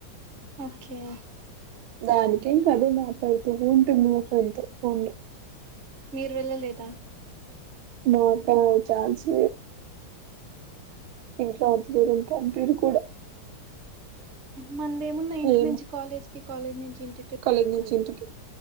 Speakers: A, on the right; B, on the right.
A: ఓక్కే
B: దానికేం కదే మాట్లాడుతు ఉంటుది మా ఫ్రెండ్తో ఫోన్లో
A: మీరు వెళ్ళలేదా
B: మాకా ఛాన్స్ ఇంట్లో అంత దూరం పంపీరు కూడ
A: మనదె మన్నా ఇంటి
B: ఏమో
A: నుంచి కాలేజ్ కి కాలేజ్ నుంచి ఇంటిక్ ట్రిప్పె
B: కాలేజ్
A: ఎక్కువ
B: నుంచి
A: అయిపోయింది
B: ఇంటికి